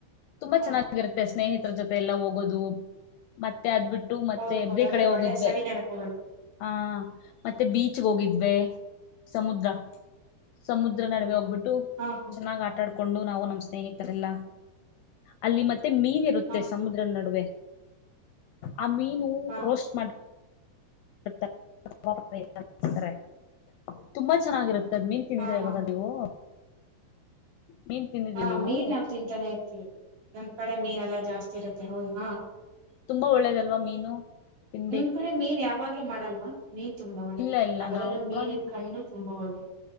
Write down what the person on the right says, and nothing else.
ಹ
ಹೌದು
ಹೌದು ಅದೊಂದು
ಒಳ್ಳೆ ಸವಿ ನೆನಪುಗಳು
ಹಾ ಹ
ಹಾ
ಹಾ
ಹಾ ಹಾ
ಹಾ
ಮೀನ ನಾವ ತಿಂತಾನೆ ಇರ್ತೀವಿ ನಮ್ ಕಡೆ ಮೀನ್ ಎಲ್ಲಾ ಜಾಸ್ತಿ ಇರುತ್ತೆ ಹೌದು ಹಾ.
ನಿಮ್ ಕಡೆ ಮೀನ್ ಯಾವಾಗ್ಲೂ ಮಾಡಲ್ವಾ ಮೀನ್ ತುಂಬಾ ಒಳ್ಳೇದು
ಅದರಲ್ಲೂ
ಮೀನಿನ
ಕಣ್ಣು ತುಂಬಾ ಒಳ್ಳೇದು.